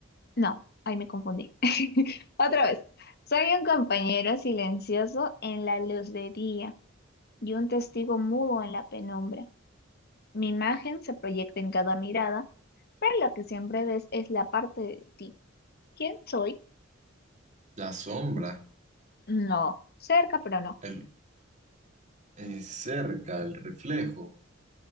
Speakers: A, on the left (about 50°); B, on the right (about 35°).
A: No, ahí me confundí. <laughs> Otra vez. Soy un compañero silencioso en la luz de día y un testigo mudo en la penumbra. Mi imagen se proyecta en cada mirada, pero lo que siempre ves es la parte de ti. ¿Quién soy?
B: La sombra,
A: No, cerca, pero no.
B: el, eh, cerca, el reflejo.